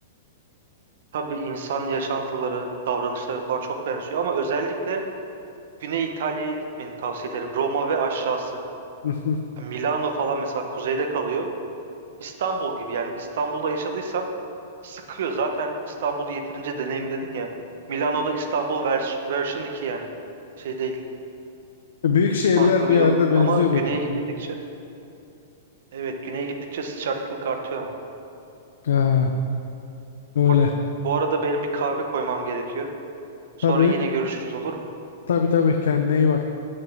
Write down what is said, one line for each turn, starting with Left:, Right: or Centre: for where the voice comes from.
Right: Tabii insan yaşantıları, davranışları falan çok benziyor ama özellikle Güney İtalya'ya gitmeni tavsiye ederim. Roma ve aşağısı.
Left: <laughs>
Right: Yani Milano falan mesela kuzeyde kalıyor. İstanbul gibi yani İstanbul'da yaşadıysan sıkıyor. Zaten İstanbul'u yeterince deneyimledin ya. Milano'da İstanbul vers version 2 yani. Şey değil.
Left: Büyük şehirler
Right: Farklılığı
Left: bir yerde
Right: yok.
Left: benziyor
Right: Ama güneye
Left: birbirine.
Right: indikçe evet güneye gittikçe sıcaklık artıyor ama.
Left: Ha, öyle.
Right: Bu bu arada benim bir kahve koymam gerekiyor. Sonra
Left: Tabii
Right: yine görüşürüz olur mu?
Left: tabii tabii kendine iyi bak.